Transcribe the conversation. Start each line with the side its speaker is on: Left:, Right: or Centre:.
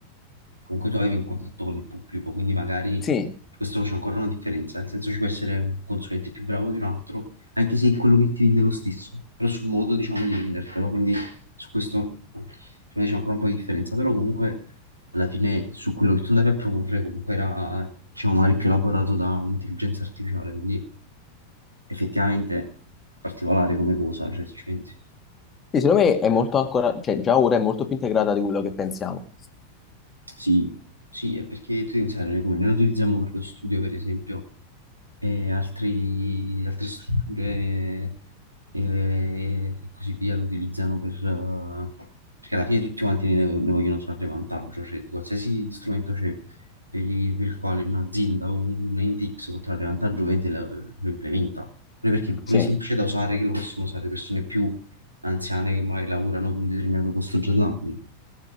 Right: Comunque tu avevi un contatto con il pubblico, quindi magari
Left: Sì,
Right: questo c'è ancora una differenza, nel senso ci può essere un consulente più bravo di un altro, anche se quello che ti vende è lo stesso, però sul modo diciamo di vendertelo, quindi su questo secondo me c'è ancora un po' di differenza, però comunque alla fine su quello che tu andavi a proporre comunque era diciamo magari più elaborato da un'intelligenza artificiale, quindi effettivamente particolare come cosa, cioè se ci pensi.
Left: sì, secondo me è molto ancora, cioè già ora è molto più integrata di quello che pensiamo.
Right: Sì, sì, è perché tu devi pensare, noi come noi lo utilizziamo per lo studio, per esempio, e altri- altre strutture eh, e così via lo utilizzano per... eh, perché alla fine tutti quanti ne, ne vogliono trarre vantaggio, cioè qualsiasi strumento c'è per il, per il quale un'azienda o un ente X può trarre vantaggio, ovviamente la- lo implementa. Pure perché pure
Left: Sì,
Right: è semplice da usare, che lo possono usare persone più anziane che magari lavorano in un determinato posto già da anni.